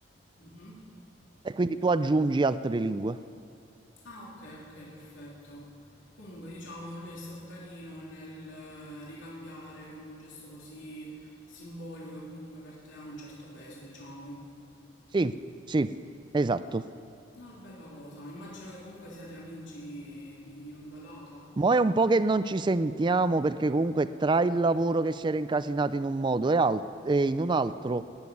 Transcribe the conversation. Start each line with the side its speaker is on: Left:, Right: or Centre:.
Left: Mhm.
Right: e quindi tu aggiungi altre lingue.
Left: Ah, ok, ok, perfetto. Comunque, diciamo, lui è stato carino nel eh, ricambiare con un gesto così simbolico che comunque per te ha un certo peso, diciamo.
Right: Sì, sì, esatto.
Left: No, Una bella cosa. Immagino che comunque siate amici di lunga data.
Right: Mo' è un po' che non ci sentiamo perché
Left: Ah,
Right: comunque tra il lavoro che si era incasinato in un modo e, al- e in un altro